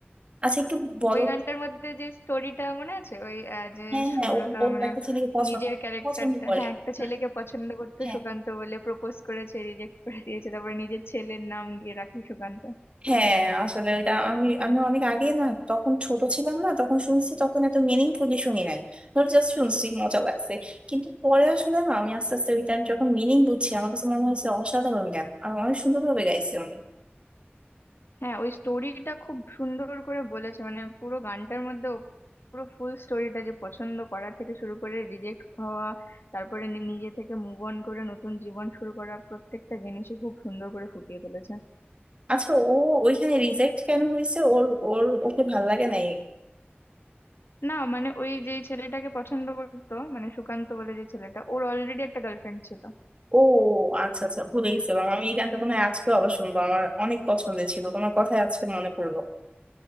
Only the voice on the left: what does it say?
ওই গানটার মধ্যে যে স্টোরিটা মনে আছে ওই আহ, যে
সুমলতা
মানে
নিজের ক্যারেক্টারটা
হ্যাঁ একটা
ছেলেকে পছন্দ করতো
সুকান্ত বলে প্রপোজ করেছে রিজেক্ট করে দিয়েছে তারপরে নিজের ছেলের নাম গিয়ে রাখে সুকান্ত
হ্যাঁ ওই স্টোরিটা খুব সুন্দর করে বলেছে মানে পুরো গানটার মধ্যে ও পুরো ফুল স্টোরিটা যে পছন্দ করা থেকে শুরু করে রিজেক্ট হওয়া তারপরে নি- নিজে থেকে মুভ অন করে নতুন জীবন শুরু করা প্রত্যেকটা জিনিসই খুব সুন্দর করে ফুটিয়ে তুলেছে
না মানে ওই যেই ছেলেটাকে পছন্দ করতো মানে সুকান্ত বলে যে ছেলেটা ওর অলরেডি একটা গার্লফ্রেন্ড ছিল